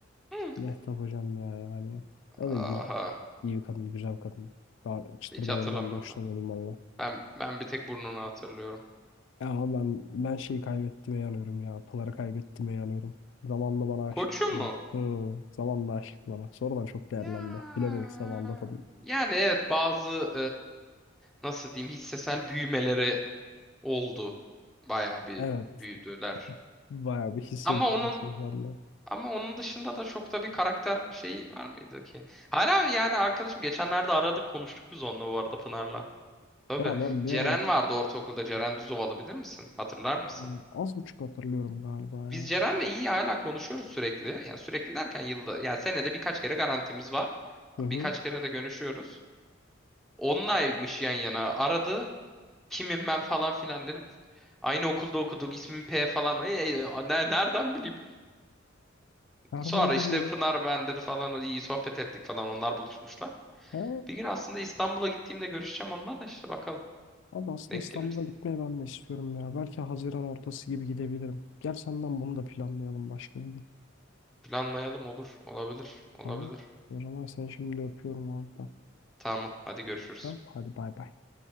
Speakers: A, in the centre; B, on the left (about 65°).
A: Hı.
B: Mehtap hocam ya yani. O
A: Aha.
B: da iyi, iyi bir kadın, güzel bir kadın. Daha çıtırdan
A: Hiç hatırlamıyorum
B: ondan da hoşlanıyordum
A: ben.
B: valla.
A: Ben ben bir tek burnunu hatırlıyorum.
B: Ya ben ben şeyi kaybettiğime yanıyorum ya. Pınar'ı kaybettiğime yanıyorum. Zamanla bana aşıktılar.
A: Koçu mu?
B: Hı, zamanla aşıktı bana. Sonradan çok değerlendi.
A: Ya.
B: Bilemedik zamanda tabii.
A: Yani evet bazı e, nasıl diyeyim hissesel büyümeleri oldu. Bayağı bir
B: Evet.
A: büyüdüler.
B: Bayağı bir hisse
A: Ama
B: büyümesi
A: onun
B: bende.
A: ama onun dışında da çok da bir karakter şeyi var mıydı ki? Hala yani arkadaşım geçenlerde aradık konuştuk biz onunla bu arada Pınar'la. Tabii.
B: Ya ben bir
A: Ceren
B: ara onu
A: vardı ortaokulda. Ceren Düzovalı bilir misin? Hatırlar mısın?
B: hmm, az buçuk hatırlıyorum galiba ya.
A: Biz Ceren'le iyi hala konuşuyoruz sürekli. Yani sürekli derken yılda, yani senede birkaç kere garantimiz var.
B: Hı hı.
A: Birkaç kere de görüşüyoruz. Onunlaymış yan yana. Aradı. Kimim ben falan filan dedim. Aynı okulda okuduk. ismim P falan. Ay, ay, ay, ne- nereden bileyim?
B: Nereden
A: Sonra
B: Abi
A: işte
B: bileyim?
A: Pınar ben dedi falan. İyi sohbet ettik falan. Onlar buluşmuşlar.
B: Ha,
A: Bir gün aslında İstanbul'a gittiğimde görüşeceğim onunla da işte bakalım.
B: abi aslında
A: Denk
B: İstanbul'a
A: gelir.
B: gitmeyi ben de istiyorum ya. Belki Haziran ortası gibi gidebilirim. Gel senden bunu da planlayalım başka bir gün.
A: Planlayalım olur. Olabilir. Olabilir.
B: Tamam. O zaman seni şimdi öpüyorum abi. ben.
A: Tamam. Hadi görüşürüz.
B: Tamam. Hadi bay bay.